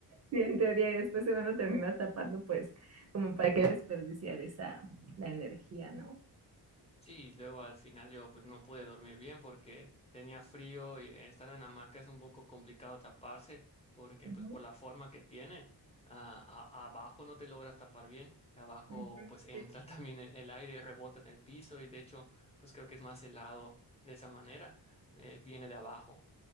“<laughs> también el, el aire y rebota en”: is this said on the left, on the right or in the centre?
Left